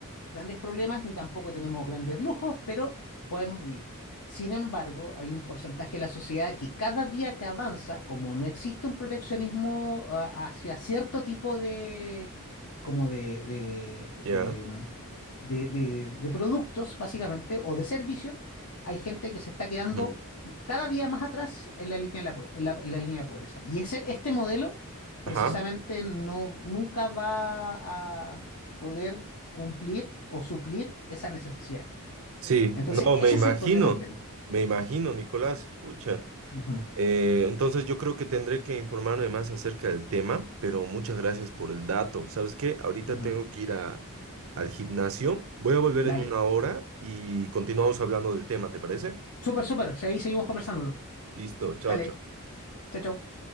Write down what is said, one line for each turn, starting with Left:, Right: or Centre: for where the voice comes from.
Left: grandes problemas ni tampoco tenemos grandes lujos, pero podemos vivir. Sin embargo, hay un porcentaje de la sociedad que cada día que avanza, como no existe un proteccionismo ah, hacia cierto tipo de, como de, de,
Right: Ya.
Left: de, de, de- de productos, básicamente, o de servicios, hay gente que se está quedando
Right: ujú.
Left: cada día más atrás en la línea de la, po- en la- en la línea de la pobreza. Y ese, este modelo precisamente
Right: Ajá.
Left: no, nunca va a, poder cumplir o suplir esa necesidad.
Right: Sí,
Left: Entonces,
Right: no,
Left: ese
Right: me imagino.
Left: es el problema que tenemos.
Right: Me imagino, Nicolás. Pucha.
Left: Ujú,
Right: Eh, entonces yo creo que tendré que informarme más acerca del tema, pero muchas gracias por el dato. ¿Sabes qué? Ahorita
Left: ujú.
Right: tengo que ir a- al gimnasio. Voy a volver
Left: Dale.
Right: en una hora y continuamos hablando del tema, ¿te parece?
Left: Súper, súper. O sea, ahí seguimos conversando.
Right: Listo, chao,
Left: Dale.
Right: chao.
Left: Chao, chao.